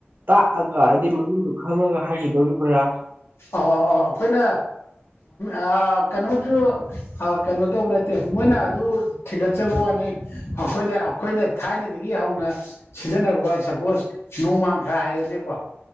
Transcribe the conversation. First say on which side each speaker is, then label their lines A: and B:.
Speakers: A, on the right; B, on the left.
A: ꯇꯥꯛꯑꯒ ꯍꯥꯏꯗꯤ ꯃꯃꯤꯡꯗꯨ ꯈꯪꯉꯒ ꯍꯥꯏꯒꯤꯗꯧꯔꯤꯕ꯭ꯔꯥ
B: ꯑ ꯑ ꯑꯩꯈꯣꯏꯅ ꯑꯥ ꯀꯩꯅꯣꯖꯨ ꯀꯩꯅꯣ ꯇꯧꯕ ꯅꯠꯇꯦ ꯃꯣꯏꯅ ꯑꯗꯨ ꯊꯤꯒꯠꯆꯕ ꯋꯥꯅꯤ ꯑꯩꯈꯣꯏꯅ ꯑꯩꯈꯣꯏꯅ ꯊꯥꯏꯅꯗꯒꯤ ꯍꯧꯅ ꯁꯤꯖꯤꯟꯅꯕ ꯁꯄꯣꯁ ꯅꯣꯡꯃꯥꯡꯈꯥ ꯍꯥꯏꯔꯅꯦꯀꯣ